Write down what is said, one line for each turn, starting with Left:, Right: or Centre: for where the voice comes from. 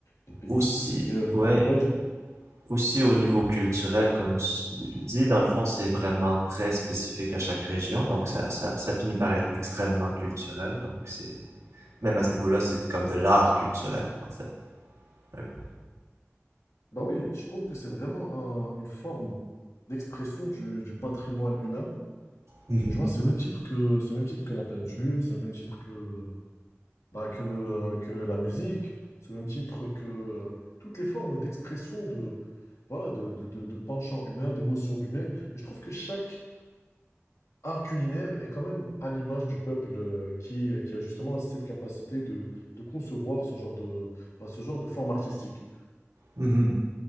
Left: des pays.
Right: Aussi,
Left: Et, euh,
Right: ouais,
Left: ouais, je-
Right: aussi au niveau culturel, comme tu le dis, dans le fond, c'est vraiment très spécifique à chaque région, donc ça, ça, ça finit par être extrêmement culturel, donc c'est, même à ce niveau-là, c'est comme de l'art culturel, en fait, un peu.
Left: bah oui, je trouve que c'est vraiment un- une forme d'expression du, du patrimoine humain.
Right: Mhm.
Left: Tu vois, c'est au même titre que, c'est au même titre que la peinture, c'est au même titre que bah, que, euh, que la musique, sous le même titre que euh, toutes les formes d'expression de, voilà, de, de, de, de penchants humains, d'émotions humaines. Et je trouve que chaque art culinaire est quand même à l'image du peuple euh, qui, euh, qui a justement cette capacité de, de concevoir ce genre de, bah, ce genre de forme artistique.
Right: Mhm.